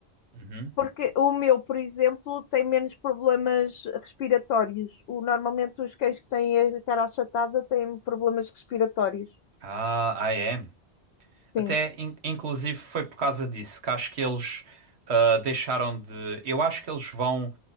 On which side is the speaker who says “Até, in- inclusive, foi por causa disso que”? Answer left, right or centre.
Right